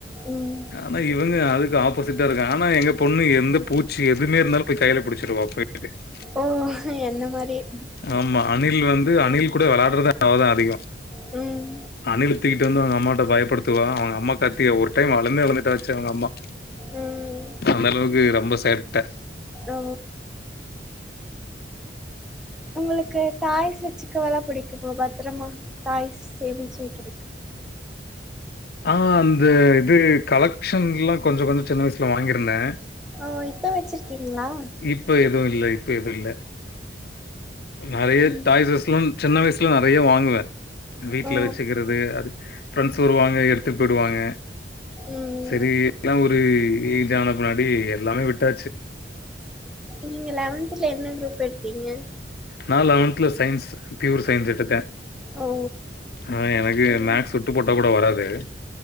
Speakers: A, in the centre; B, on the left.
A: ம்
B: ஆனா இவங்க அதுக்கு ஆப்போசிட்டா இருக்கங்க ஆனா எங்க பொண்ணு எந்த பூச்சி எதுவுமே இருந்தாலு போய் கையில புடிச்சிருவா போய் <inaudible>
A: ஓ என்ன மாரியே
B: ஆமா அணில் வந்து அணில் கூட வெளாடுறதே அவதா அதிகோ
A: ம்
B: அணில் தூக்கிட்டு வந்து அவங்க அம்மா கிட்ட பயப்படுத்துவா அவங்க அம்மா கத்தி ஒரு டைம் அழுதே அழுதுட்டாச்சி அவங்க அம்மா
A: ம்
B: அந்த அளவுக்கு ரொம்ப சேட்ட
A: ஓ உங்களுக்கு டாய்ஸ் வெச்சிக்கவல்லா புடிக்கும்மா பத்திரமா டாய்ஸ் சேமிச்சு வைக்கிறக்கு
B: ஆ அந்த இது கலெக்க்ஷன் எல்லா கொஞ்சோ கொஞ்சோ சின்ன வயசுல வாங்கியிருந்தே
A: ஓ இப்ப வெச்சிருக்கீங்ளா
B: இப்ப எதுவு இல்ல இப்ப எதுவு இல்ல நெறைய
A: ம்
B: டாய்ஸ்லா சின்ன வயசுல நெறைய வாங்குவே வீட்ல
A: ஓ
B: வெச்சிக்கிறது அது ப்ரெண்ட்ஸ் வருவாங்க எடுத்ட்டு போய்டுவாங்க
A: ம்
B: செரி எல்லா ஒரு ஏஜ் ஆன பின்னாடி எல்லாமே விட்டாச்சு
A: நீங்க லெவன்த்ல என்ன குரூப் எடுத்தீங்க
B: நா லெவன்த்ல சயின்ஸ் பியூர் சயின்ஸ் எடுத்தே
A: ஓ
B: ஆ எனக்கு
A: ம்
B: மேக்ஸ் சுட்டு போட்டா கூட வராது